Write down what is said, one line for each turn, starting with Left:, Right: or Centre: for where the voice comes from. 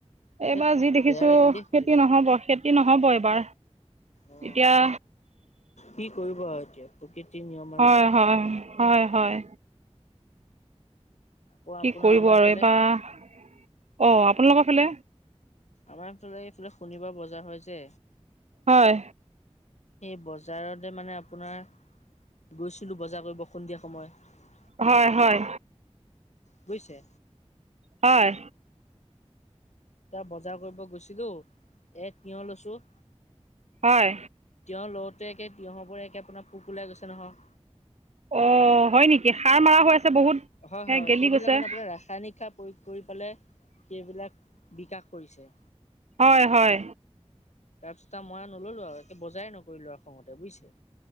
Left: পিছত
Right: এইবাৰ যি দেখিছো
Left: বেয়া লাগিল দেই
Right: খেতি
Left: শুনি পেলাই
Right: নহব খেতি নহব এইবাৰ
Left: অ
Right: এতিয়া
Left: কি কৰিব আৰু এতিয়া প্ৰকৃতি নিয়ম। আৰু
Right: হয়, হয়, হয়, হয়।
Left: আকৌ আপোনাৰ
Right: কি কৰিব
Left: আমাৰ
Right: আৰু
Left: এইফালে
Right: এইবাৰ অ',
Left: হয়
Right: আপোনালোকৰ ফালে?
Left: আমাৰ এইফালে এইফালে শনিবাৰ বজাৰ হয় যে
Right: হয়।
Left: এই বজাৰতে মানে আপোনাৰ গৈছিলোঁ বজাৰ কৰিব সন্ধিয়া সময়ত।
Right: হয়, হয়।
Left: বুজিছে?
Right: হয়।
Left: বজাৰ কৰিব গৈছিলো এ তিয়হ লৈছো।
Right: হয়।
Left: তিয়হ লওঁতে একে তিঁয়হৰ উপৰে একে পোক ওলাই গৈছে নহয়।
Right: অ', হয়, নেকি সাৰ মাৰা হৈ আছে বহুত
Left: হয়
Right: সেইয়া
Left: হয়
Right: গেলি
Left: সেইবিলাক
Right: গৈছে।
Left: মানে আপোনাৰ ৰাসায়নিক সাৰ প্ৰযোগ কৰি পেলাই সেইবিলাক বিকাশ কৰিছে।
Right: হয়, হয়।
Left: তাৰপিছত আৰু মই আৰু নলো আৰু একে বজাৰে নকৰিলো আৰু খঙতে বুজিছে।